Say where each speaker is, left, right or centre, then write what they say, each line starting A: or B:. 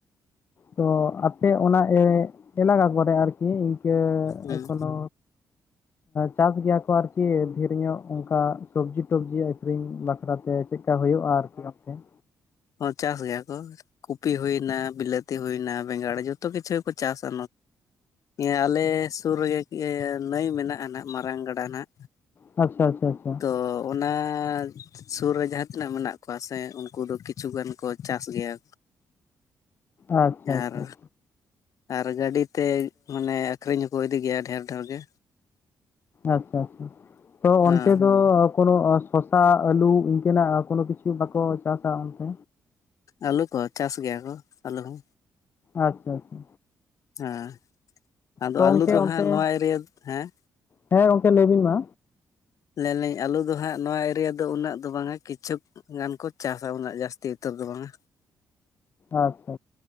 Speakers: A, on the left; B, on the left.
A: ᱛᱚ ᱟᱯᱮ ᱚᱱᱟ ᱮ ᱮᱞᱟᱠᱟ ᱠᱚᱨᱮ ᱟᱨᱠᱤ ᱤᱱᱠᱟᱹ
B: ᱦᱩᱸ
A: ᱮᱠᱷᱚᱱᱳ ᱪᱟᱥ ᱜᱮᱭᱟ ᱠᱚ ᱟᱨᱠᱤ ᱰᱷᱮᱨᱧᱚᱜ ᱚᱱᱠᱟ ᱥᱚᱵᱡᱤ ᱴᱚᱵᱡᱤ ᱟᱠᱷᱨᱤᱧ ᱵᱟᱠᱷᱨᱟᱛᱮ ᱪᱮᱫᱠᱟ ᱦᱩᱭᱩᱜᱼᱟ ᱟᱨᱠᱤ ᱚᱱᱛᱮ
B: ᱦᱚᱸ ᱪᱟᱥ ᱜᱮᱭᱟ ᱠᱚ ᱠᱩᱵᱤ ᱦᱩᱭᱮᱱᱟ ᱵᱤᱞᱟᱹᱛᱤ ᱦᱩᱭᱮᱱᱟ ᱵᱮᱸᱜᱟᱲ ᱡᱚᱛᱚ ᱠᱤᱪᱷᱩ ᱜᱮᱠᱚ ᱪᱟᱥᱟ ᱦᱮ ᱟᱞᱮ ᱥᱩᱨ ᱨᱮᱜᱮ ᱱᱟᱹᱭ ᱢᱮᱱᱟᱜᱼᱟ ᱱᱟᱜ ᱢᱟᱨᱟᱝ ᱜᱟᱰᱟ ᱱᱟᱜ
A: ᱟᱪᱷᱟ ᱟᱪᱷᱟ ᱟᱪᱷᱟ
B: ᱛᱚ ᱚᱱᱟ ᱥᱩᱨ ᱨᱮ ᱡᱟᱦᱟᱸ ᱛᱤᱱᱟᱹᱜ ᱢᱮᱱᱟᱜ ᱠᱚᱣᱟ ᱥᱮ ᱩᱱᱠᱩ ᱫᱚ ᱠᱤᱪᱷᱩᱜᱟᱱ ᱠᱚ ᱪᱟᱥ ᱜᱮᱭᱟ
A: ᱟᱪᱪᱷᱟ ᱟᱪᱪᱷᱟ
B: ᱟᱨ
A: ᱟᱪᱷᱟ
B: ᱟᱨ ᱜᱟᱹᱰᱤ ᱛᱮ ᱢᱟᱱᱮ ᱟᱠᱷᱨᱤᱧ ᱦᱚᱸᱠᱚ ᱤᱫᱤ ᱜᱮᱭᱟ ᱰᱷᱮᱨ ᱰᱷᱮᱨ ᱜᱮ
A: ᱟᱪᱷᱟ ᱟᱪᱷᱟ ᱛᱚ
B: ᱦᱮᱸ
A: ᱚᱱᱛᱮ ᱫᱚ ᱠᱳᱱᱳ ᱥᱚᱥᱟ ᱟᱹᱞᱩ ᱤᱱᱠᱟᱹᱱᱟᱜ ᱠᱳᱱᱳ ᱠᱤᱪᱷᱩ ᱵᱟᱠᱚ ᱪᱟᱥᱟ ᱚᱱᱛᱮ
B: ᱟᱹᱞᱩ ᱠᱚ ᱪᱟᱥ ᱜᱮᱭᱟ ᱠᱚ ᱟᱹᱞᱩ ᱦᱚᱸ
A: ᱟᱪᱷᱟ ᱟᱪᱷᱟ
B: ᱦᱮᱸ ᱟᱫᱚ
A: ᱛᱚ ᱜᱚᱢᱠᱮ
B: ᱟᱞᱩ ᱫᱚ
A: ᱚᱱᱛᱮ
B: ᱦᱟᱸᱜ ᱱᱚᱣᱟ ᱮᱨᱤᱭᱟ ᱦᱮᱸ
A: ᱦᱮᱸ ᱜᱚᱢᱠᱮ ᱞᱟᱹᱭ ᱵᱤᱱ ᱢᱟ
B: ᱞᱟᱹᱭᱟᱞᱤᱧ ᱟᱹᱞᱩ ᱫᱚ ᱦᱟᱸᱜ ᱱᱚᱣᱟ ᱮᱨᱤᱭᱟ ᱫᱚ ᱩᱱᱟᱹᱜ ᱫᱚ ᱵᱟᱝᱟ ᱠᱤᱪᱷᱩᱠ- ᱜᱟᱱ ᱠᱚ ᱪᱟᱥᱟ ᱩᱱᱟᱹᱜ ᱡᱟᱹᱥᱛᱤ ᱩᱛᱟᱹᱨ ᱫᱚ ᱵᱟᱝᱟ
A: ᱟᱪᱷᱟ